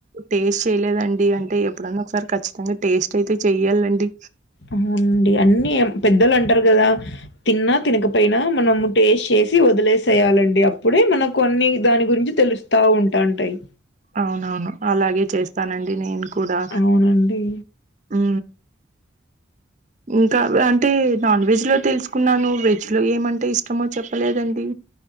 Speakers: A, on the right; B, on the left.
A: టేస్ట్ చేయలేదండి అంటే ఎప్పుడన్నా ఒకసారి ఖచ్చితంగా టేస్ట్ అయితే చెయ్యాలండి
B: అవుండి అన్ని పెద్దళ్లు అంటారు కదా తిన్నా తినకపోయినా మనము టెస్ట్ చే సి వదిలేసేయాలండి అప్పుడే మన కొ అన్ని దాని గురించి తెలుస్తా ఉంటాంటాయి
A: అవునవును అలాగే చేస్తానండి నేను కూడా
B: అవునండి.
A: ఊ ఇంకా అంటే నాన్ వెజ్ లో తెలుసుకున్నాను వెజ్ లో ఏమంటే ఇష్టమో చెప్పలేదండి.